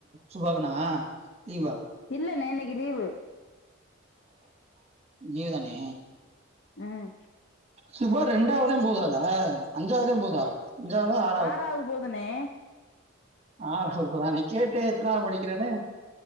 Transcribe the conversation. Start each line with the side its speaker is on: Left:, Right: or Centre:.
Right: சுபாகுனா லீவா
Left: இல்லண்ணே இன்னைக்கு லீவு
Right: லீவு தானே
Left: அ
Right: சுபா ரெண்டாவதா போதாண்ணே அஞ்சாவதே போதா அஞ்ஞாவதா ஆ
Left: ஆறாவது போதுண்ணே
Right: ஆறாவது போதா நா கேட்டே எத்தனாவது படிக்கிறேன்னு